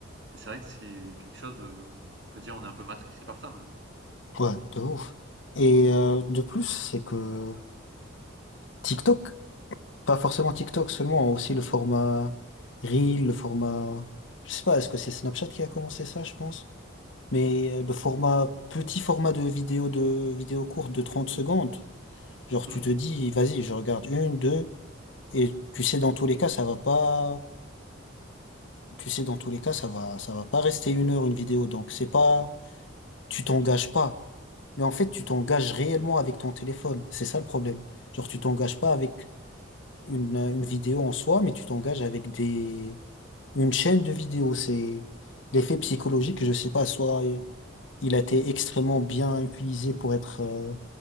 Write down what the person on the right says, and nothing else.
et c'est vrai que c'est quelque chose, heu, on peut dire on est un peu matrixé par ça maintenant.
Mmh.